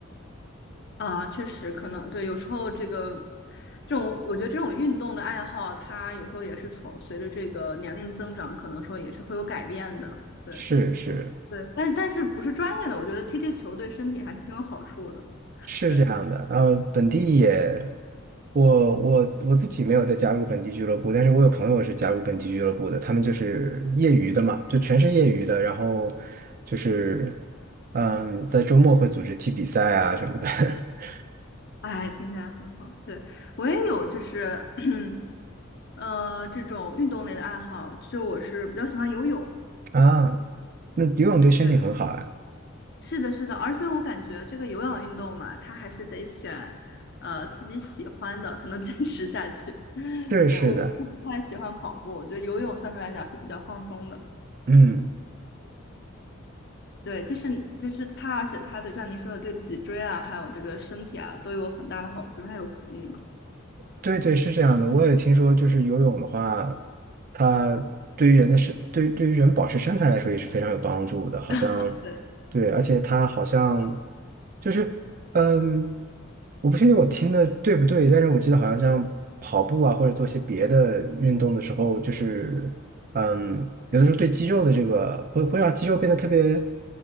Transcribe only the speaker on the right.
<laughs> 是是
是这样的。
然后本地也，我我我自己没有再加入本地俱乐部，但是我有朋友是加入本地俱乐部的，他们就是业余的嘛，就全是业余的，然后就是嗯，在周末会组织踢比赛啊什么的。<laughs>
啊，那游泳对身体很好啊，
是是的，
嗯，
对对是这样的，我也听说，就是游泳的话，它对于人的身，对对于人保持身材来说也是非常有帮助的，好像，
对，而且它好像就是，嗯，我不确定我听的对不对，但是我记得好像像跑步啊，或者做一些别的运动的时候，就是嗯，有的时候对肌肉的这个会会让肌肉变得特别，